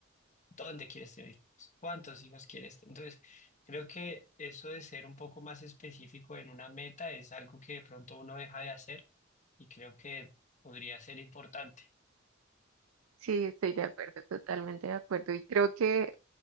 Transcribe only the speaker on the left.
¿Dónde quieres tener hijos? ¿Cuántos hijos quieres? Entonces, creo que eso de ser un poco más específico en una meta es algo que de pronto uno deja de hacer y creo que podría ser importante